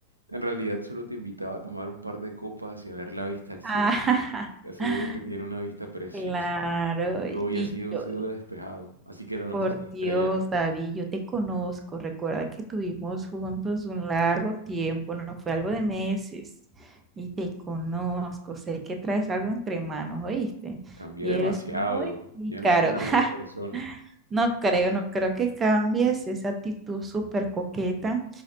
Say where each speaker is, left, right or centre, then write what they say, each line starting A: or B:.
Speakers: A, on the right; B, on the right.
A: En realidad solo te invitaba a tomar un par de copas y a ver la vista al cielo.
B: <laughs>
A: Te aseguro
B: Ah,
A: que tiene una vista preciosa.
B: claro,
A: Y
B: y
A: hoy ha sido
B: yo,
A: un cielo despejado, así que la noche
B: Por
A: será
B: Dios,
A: estrellada.
B: David, yo te conozco. Recuerda que tuvimos juntos un largo tiempo, no fue algo de meses. Y te conozco, sé que traes algo entre manos, ¿oíste?
A: Cambié
B: Y
A: demasiado,
B: eres muy pícaro.
A: ya no soy la
B: <laughs>
A: misma persona.
B: No creo, no creo que cambies esa actitud súper coqueta